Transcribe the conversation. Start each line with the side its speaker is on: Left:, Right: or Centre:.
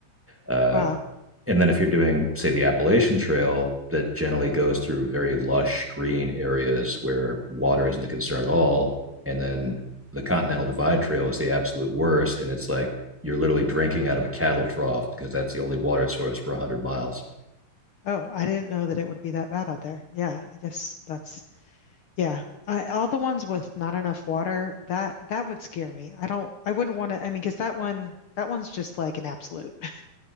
Centre: uh,
Left: Wow.
Centre: and then if you're doing, say, the Appalachian Trail, that generally goes through very lush green areas where water isn't a concern at all. And then the Continental Divide Trail is the absolute worst. And it's like you're literally drinking out of a cattle trough because that's the only water source for 100 miles.
Left: Oh, I didn't know that it would be that bad out there. Yeah, I guess that's yeah. I, all the ones with not enough water, that that would scare me. I don't I wouldn't want to I mean, because that one that one's just like an absolute. <laughs>